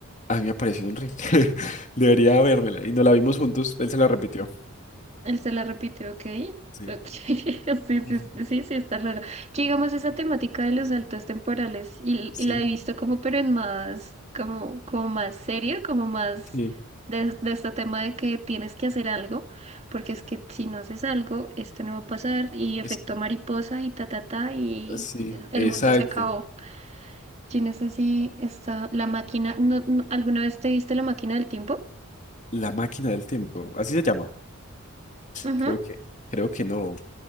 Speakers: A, on the left (about 35°); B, on the right (about 30°).
A: a mí me apareció en un reel. <laughs> Debería vérmela. Y nos la vimos juntos. Él se la repitió.
B: Él se la repite, ok.
A: Sí.
B: Ok, <laughs> sí, sí,
A: Ujú.
B: sí, sí, sí, está raro. Que digamos esa temática de los saltos temporales y,
A: Sí,
B: y la he visto como, pero en más, como, como más seria, como más
A: sí.
B: de, de este tema de que tienes que hacer algo, porque es que si no haces algo, esto no va a pasar y efecto
A: Es,
B: mariposa y ta, ta, ta, y
A: sí,
B: el
A: exacto.
B: mundo se acabó. Yo no sé si está la máquina, no, no- ¿alguna vez te viste la máquina del tiempo?
A: La máquina del tiempo. Así se llama.
B: Ujú.
A: Creo que, creo que no.